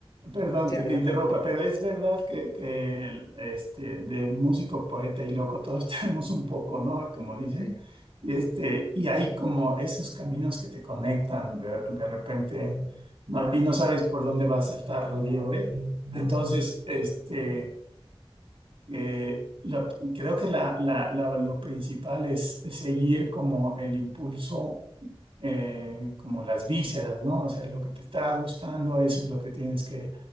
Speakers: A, on the right (about 70°); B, on the left (about 45°).
A: Perdón
B: sí,
A: que
B: adelante,
A: te interrumpa,
B: adelante.
A: pero es verdad que, que el, este, de músico, poeta y loco todos <laughs> tenemos un poco, ¿no? Como dicen.
B: Sí,
A: Este, y hay como esos caminos que te conectan de, de repente, ¿no? Y no sabes por dónde va a saltar la liebre. Entonces, este... Eh, la- creo que la- la- la- lo principal es seguir como el impulso, eh, como las vísceras, ¿no? O sea, lo que te está gustando es lo que tienes que,